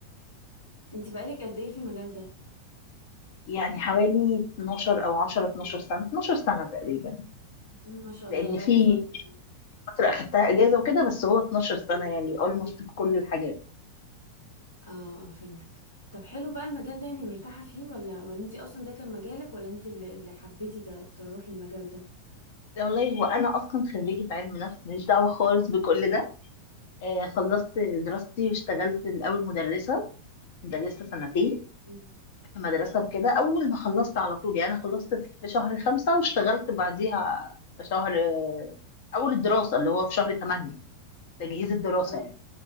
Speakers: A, on the left (about 75°); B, on the left (about 50°).
A: انتي بقالك قد ايه في المجال ده
B: يعني حوالي 12 او 10 12 سنة 12 سنة تقريبا
A: مم، ما شاء
B: لان
A: الله بقالك
B: في
A: فترة فيه
B: فتره اخدتها
A: مم.
B: اجازه وكده بس هو 12 سنه يعني اولموست بكل الحاجات
A: اه اه، فهمتك طب حلو بقى المجال ده يعني مرتاحة فيه ولا ولا انتي اصلا ده كان مجالك ولا انتي اللي, اللي حبيتي ت- تروحي المجال ده
B: والله وانا اصلا خريجه علم نفس ماليش دعوه خالص بكل ده آه خلصت دراستي واشتغلت الاول مدرسه مدرسه سنتين
A: مم.
B: في مدرسه وكده اول ما خلصت على طول يعني أنا خلصت في شهر خمسة واشتغلت بعديها في شهر آه، اول الدراسه اللي هو في شهر 8 تجهيز الدراسه
A: اه
B: يعني